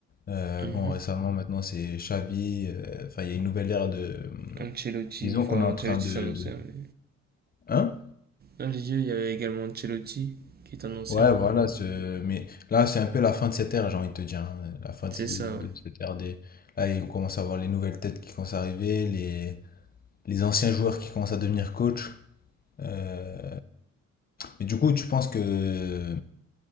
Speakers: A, on the left (about 30°); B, on the right (about 30°).
A: Euh,
B: Mhm.
A: bon, récemment maintenant c'est Xavi, euh, enfin il y a une nouvelle ère de...
B: Ancelotti,
A: Disons
B: enfin
A: qu'on est en
B: Ancelotti
A: train de...
B: c'est un
A: de...
B: ancien, mais
A: Hein?
B: non, j'ai dit il y avait également Ancelotti qui est un ancien,
A: Ouais,
B: mais
A: voilà,
B: bon, qui-
A: ce... mais là c'est un peu la fin de cette ère, j'ai envie de te dire, hein, La fin
B: c'est
A: de,
B: ça, ouais.
A: de cette ère des... Là, on commence à voir les nouvelles têtes qui commencent à arriver, les, les anciens joueurs qui commencent à devenir coach. Euh, mais du coup, tu penses que